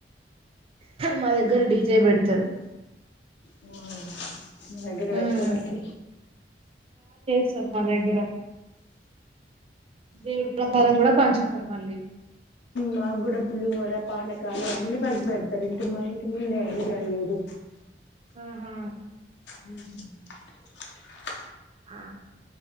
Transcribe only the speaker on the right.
మా దగ్గర డీజే బెడతారు
ఉమ్
అసలు దగ్గర దేవుడు ప్రసాదం కూడా పంచుతారు మళ్ళీ
ఆహా
ఆ